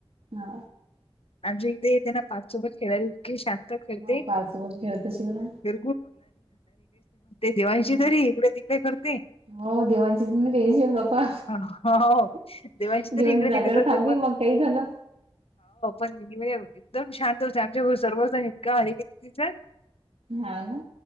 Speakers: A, on the right (about 70°); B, on the left (about 70°).
A: हा
B: आमच्या इथेे येते ना पार्थ सोबत खेळायला इतकी शांत फिरते
A: हो पार्थ सोबत खेळत अशील ना
B: <unintelligible> देवांशी
A: नाही
B: तरी इकडे ती ते करते.
A: हो देवांशीच आणि तुझ्याशीच गप्पा.
B: हो
A: <unintelligible>
B: देवांशी तरी इकडे
A: जागेवर
B: तिकडे करते
A: थांबली
B: पण
A: मग काय झालं?
B: <unintelligible> एकदम शांत होते आमच्या सर्वच इतका हारी <unintelligible>
A: हा ना.